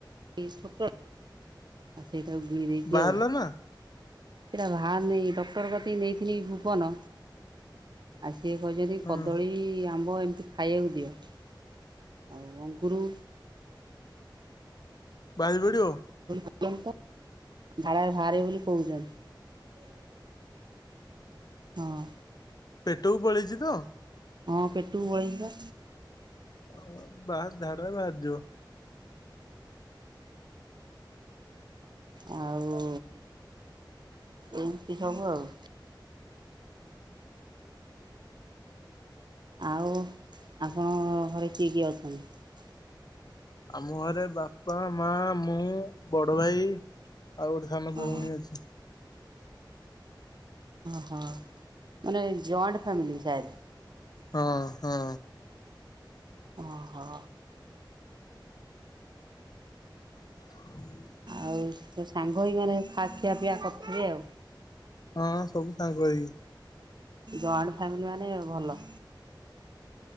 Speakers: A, on the right; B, on the left.
A: <unintelligible> ଆ ସେଇଟାକୁ ଗିଳି ଦେଇଚି
B: ବାହାରିଲା
A: ଆଉ।
B: ନା
A: ସେଟା ବାହାରୁ ନେଇ ଡକ୍ଟର କତିକି ନେଇଥିଲି ଭୁବନ ଆ ସିଏ କହିିଛନ୍ତି
B: ହଁ
A: କଦଳୀ ଆ ଆମ୍ବ ଏମିତି ଖାଇବାକୁ ଦିଅ ଆଉ ଅଙ୍ଗରୁ
B: ବାହାରି ପଡିବ
A: <unintelligible> ଝଡାରେ ବାହାରିବ ବୋଲି କହୁଛନ୍ତି। ହଁ
B: ପେଟକୁ ପଳେଇଚି ତ
A: ହଁ ପେଟକୁ ପଳେଇଚି ପା
B: ଅ ବାହାର ଧାଡରେ ବାହାରି ଯିବ
A: ଆଉ ଏମିତି ସବୁ ଆଉ ଆଉ ଆପଣଙ୍କ ଘରେ କିଏ କିଏ ଅଛନ୍ତି?
B: ଆମ ଘରେ ବା ପା ମା ମୁଁ ବଡ ଭାଇ ଆଉ ଗୋଟେ ସାନ
A: ହଁ
B: ଭଉଣୀ ଅଛି।
A: ଓ ହୋ ମାନେ ଯାଇଣ୍ଟ ଫ୍ୟାମିଲି ସାୟାଦ
B: ହଁ ହଁ
A: ଓ ହୋ
B: <inaudible>
A: ଆଉ ସେ ସାଙ୍ଗ ହେଇକି ମାନେ ଖା ଖିଆ ପିଆ କରିିଥୁବେ ଆଉ
B: ହଁ ସବୁ ସାଙ୍ଗହେଇ।
A: ଜଏଣ୍ଟ ଫ୍ୟାମିଲି ମାନେ ଭଲ।